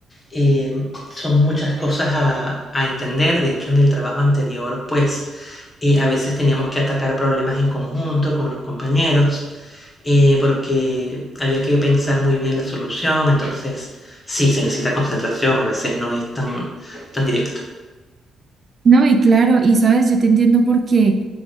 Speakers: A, on the left; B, on the right.
A: eh, son muchas cosas a, a entender. De hecho, en el trabajo anterior, pues eh, a veces teníamos que atacar problemas en conjunto con los compañeros, eh, porque había que pensar muy bien la solución. Entonces, sí, se necesita concentración, a veces no es tan, tan directo.
B: No, y claro, y sabes, yo te entiendo porque,